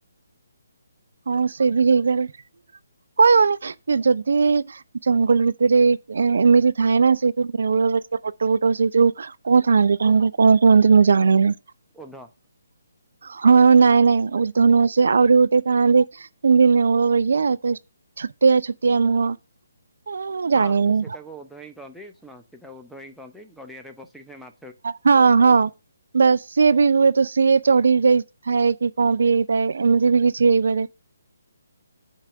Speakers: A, on the right; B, in the centre.
A: ହଁ ସେ ବି ହେଇପାରେ। କହିହଉନି ଯଦି ଜଙ୍ଗଲ ଭିତରେ ଏ ଏମିତି ଥାଏ ନା ସେ ଯୋଉ ନେଉଳ ପରିକା ବଡ ବଡ ସେଇ ଯୋଉ କଉଠି ଥାନ୍ତି ତାମଙ୍କୁ କଣ କୁହନ୍ତି ମୁଁ ଜାଣିନି।
B: ଓଧ।
A: ହଁ ନାଇଁ ନାଇଁ। ଧନୁ ଆ ଆଉରି ଉଠେ ଥାନ୍ତି ମ ନେଉ ଭଳିଆ ତ ଛୋଟିଆ ଛୋଟିଆ ମୁହଁ। ମୁଁ ଜାଣିନି।
B: ହଁ ସେଟାକୁ ଉଧ ହଇଁ କ କରନ୍ତି ଶୁଣ ସେଇା ଉଧ ହଇଁ କହନ୍ତି ଗଡିଆରେ ପଶିକି ସେ ମା
A: ହଁ ହଁ। ବାସ୍ ସିଏ ବି ହୁଏ ତ ସିଏ ଚଢି ଯାଇଥାଏ କି କଣ ବି ହେଇଥାଏ ଏମିତି ବି କିଛି ହେଇପାରେ?